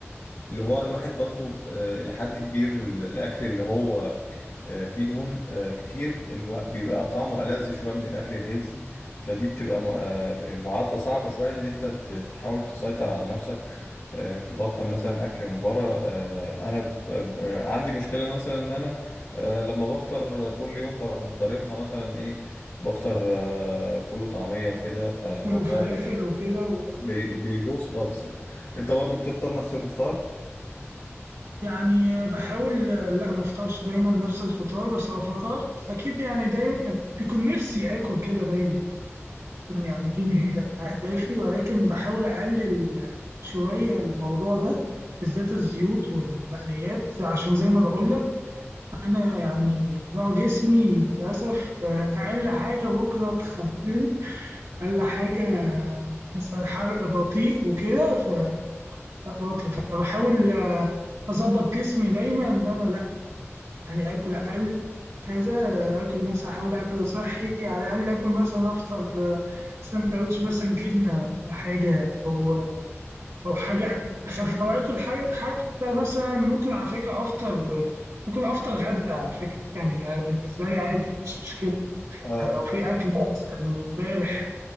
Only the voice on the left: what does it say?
اللي هو الواحد برضو آه، لحد كبير ال- الاكل اللي هو آه، في دهون آه، كتير الو- بيبقى طعمه ألذ شوية من الأكل الهيلسي فدي بتبقى م- آه، معادلة صعبة شوية إن أنت ت- تحاول تسيطر على نفسك آه، تبطل مثلا أكل من بره آه، أنا ب- ب- آه، عندي مشكلة مثلا إن أنا آه، لما بفطر كل يوم بروح ضاربها مثلا إيه بفطر آه، فول وطعمية وكده فالموضوع
بي-
بي- بيبوظ خالص أنت برضه بتفطر نفس الفطار؟
آه،